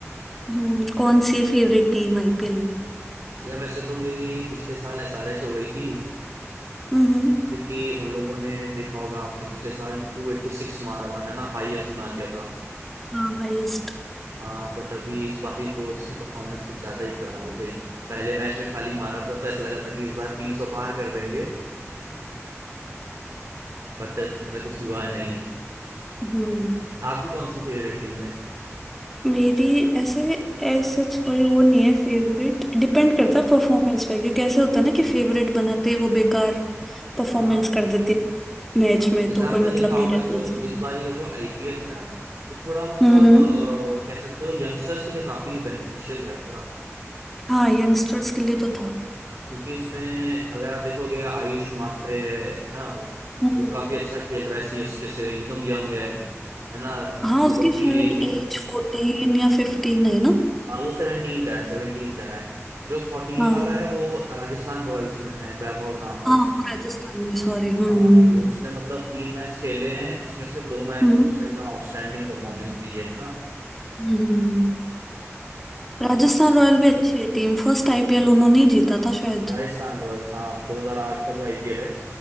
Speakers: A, in the centre; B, on the right (about 75°).
A: हम्म कौन सी है फेवरेट टीम आईपीएल में
B: या वैसे तो मेरी पिछले साल एसआरएच हो गई थी
A: हम्म
B: क्योंकि उन लोगों ने देखा होगा आपने पिछले साल टू एट्टी सिक्स मारा था है ना हाईएस्ट बना दिया था
A: हाँ हाईएस्ट
B: हाँ बट अभी इस बार ही तो उसकी परफॉर्मेंस कुछ ज्यादा ही खराब हो गई पहले मैच में खाली मारा था तो ऐसा लगा था कि इस बार तीन सौ पार कर देंगे बट ऐसा कुछ हुआ नहीं
A: हम्म
B: आपकी कौन सी फेवरेट टीम है
A: मेरी ऐसे ऐसा सच कोई वो नहीं है फेवरेट डिपेंड करता है परफॉर्मेंस पे क्योंकि ऐसे होता है ना कि फेवरेट बनाते ही वो बेकार परफॉर्मेंस
B: हाँ,
A: कर देते मैच में
B: ऐसा
A: तो
B: आपने
A: कोई मतलब
B: देखा
A: नहीं
B: होगा
A: रहता
B: जो
A: इसका
B: इस बारी का जो आईपीएल है ना वो थोड़ा मतलब
A: हम्म हम्म
B: अ, कह सकते हो यंगस्टर्स के लिए काफी बेनिफिशियल रहेगा
A: हाँ यंगस्टर्स के लिए तो था
B: क्योंकि इसमें अगर आप देखोगे आयुष मात्रे है ना
A: हम्म,
B: वो काफी अच्छा खेल रहा है सीएसके से एकदम यंग है है ना लगभग
A: हाँ उसकी शायद
B: टीनेज ही
A: एज
B: है
A: फोर्टीन या फिफ्टीन है ना
B: हाँ वो सेवनटीन का है सेवनटीन का है जो फोर्टीन
A: हाँ
B: वाला है वो राजस्थान रॉयल्स में है वैभव नाम है
A: हाँ
B: उसका
A: वो राजस्थान में सॉरी हम्म
B: हाँ वो उसने मतलब तीन मैच खेले हैं जिसमें से दो मैच
A: हम्म
B: में उसने एकदम आउटस्टैंडिंग परफॉर्मेंस दी है है
A: हम्म। हम्म। राजस्थान
B: ना
A: रॉयल भी अच्छी है टीम फर्स्ट आईपीएल उन्होंने ही जीता था शायद
B: राजस्थान रॉयल्स हाँ 2008 का जो आईपीएल है